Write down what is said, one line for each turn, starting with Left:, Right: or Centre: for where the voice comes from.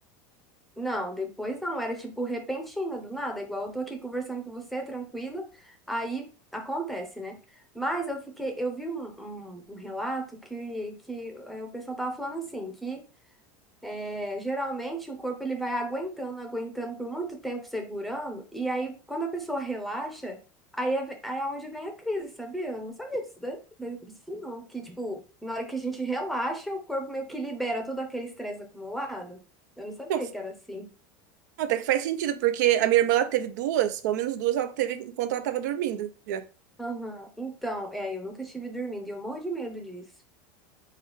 Centre: Não, depois não, era tipo repentina, do nada, igual eu tô aqui conversando com você, tranquila, aí acontece, né? Mas eu fiquei, eu vi um, um- um relato que, que eh, o pessoal tava falando assim, que eh, geralmente o corpo ele vai aguentando, aguentando por muito tempo segurando, e aí quando a pessoa relaxa, aí é, ve- aí é onde vem a crise, sabia? Eu não sabia disso, da- da- disso não, que tipo, na hora que a gente relaxa, o corpo meio que libera todo aquele estresse acumulado. Eu não sabia
Right: Então,
Centre: que era assim.
Right: até que faz sentido, porque a minha irmã, ela teve duas, pelo menos duas ela teve enquanto ela estava dormindo já.
Centre: Aham. Então, é, eu nunca tive dormindo e eu morro de medo disso.